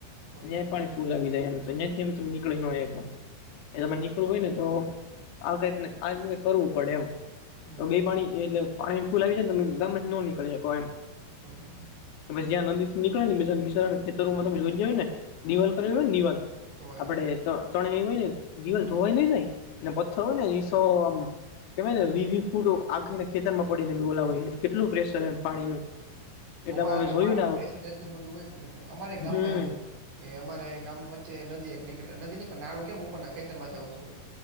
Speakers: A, on the right (about 55°); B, on the left (about 75°).
A: સમજી
B: યાંય
A: ગયો
B: પાણી ફૂલ આવી જાય એમ તો ન્યાંથીય અ તમે નીકળી નો હકો ન્યા તમારે
A: હા
B: નીકળવું હોય ને તો આ કઈ ને આ રીતનું કાંઈ આય કરવું પડે એમ
A: હમ
B: તો બેય પાણી થાય એટલે પાણી ફૂલ આવી ને તમે ગામમાંથી નો નીકળવી હકો એમ
A: સમજી ગયો.
B: પછી જ્યાં નદીથી નીકળેને બીજાને બિચારાના ખેતરૂમાં તમે ઝોઇન ગયા હોય ને દીવાલ કરી હોય ને દીવાલ
A: ધોવાઈ
B: આપડે
A: જાય
B: ચણે એ હોય ને
A: હમ
B: દીવાલ ધોવાઈ નઈ જાય એને પથ્થર હોય નીસો આમ કેવાય ને વીવી ફૂટો આખો એ ને ખેતરમાં પડીને રોલાવે હોય કેટલું પ્રેશર હે પાણીનું
A: ધોવાય
B: અમે
A: એટલે
B: જોયું
A: પાણીનું
B: ને
A: પ્રેશર એટલું બધું હોય જ એટલે અમારેય ગામમાં
B: હમ
A: એવું છે કે અમારે આય ગામ વચ્ચે નદી એક નીકળે અ નદી નય પણ નાળું કેમ ઉપરના ખેતરમાંથી આવતું હોય